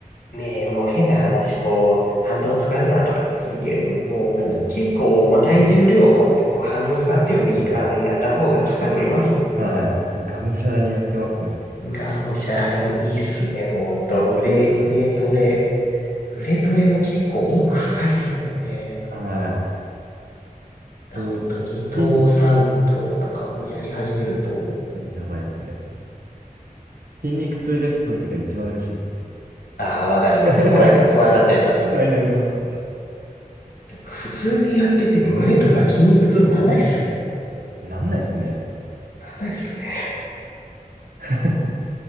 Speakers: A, on the left; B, on the right.
A: う、ねえ、もう変な話、こう、反動使うなとかって言うけれども、もう結構重たい重量を持ってこう反動使ってもいいからやった方が負荷乗りますもんね。
B: はい。そうなんですよ。はい。もうがむしゃらにやってますね。
A: ガードシャラインいいっすね、ほんと。腕、腕トレ。腕トレも結構奥深いっすもんね。
B: は
A: だからほんと2頭3頭とかもやり始めると、
B: い。で筋、もうやばいですね。筋肉痛が来た時が一番嬉しいですね。
A: ああ、わかります。
B: <laughs>
A: 来ないと不安になっちゃいますよね。
B: 不安になります。
A: 普通にやってて胸とか筋肉痛なんないっすよね。
B: なんないですね。
A: なんないっすよね。
B: <laughs>